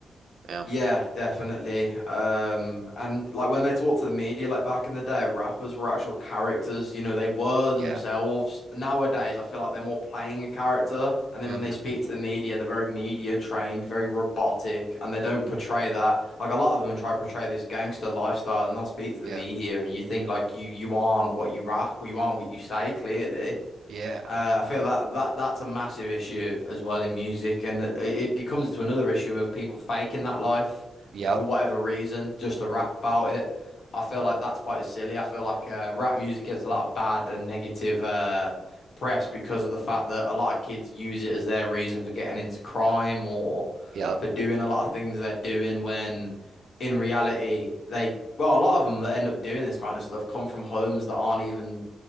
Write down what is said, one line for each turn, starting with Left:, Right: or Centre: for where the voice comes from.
Right: Yeah.
Left: Yeah, definitely. Um, and like when they talk to the media, like back in the day, rappers were actual characters, you know, they were
Right: Yeah.
Left: themselves. Nowadays, I feel like they're more playing a character, and then
Right: hmm
Left: when they speak to the media, they're very media trained, very robotic, and they don't portray that. Like a lot of them try to portray this gangster lifestyle, and they'll speak to the
Right: Yeah.
Left: media, and you think like you you aren't what you rap, or you aren't what you say, clearly.
Right: Yeah.
Left: Uh, I feel that that that's a massive issue as well in music, and it, it it comes into another issue of people faking that life
Right: Yep.
Left: for whatever reason, just to rap about it. I feel like that's quite silly. I feel like uh, rap music gets a lot of bad and negative uh, press because of the fact that a lot of kids use it as their reason for getting into crime or
Right: Yep.
Left: for doing a lot of things they're doing when in reality they well a lot of them that end up doing this kind of stuff come from homes that aren't even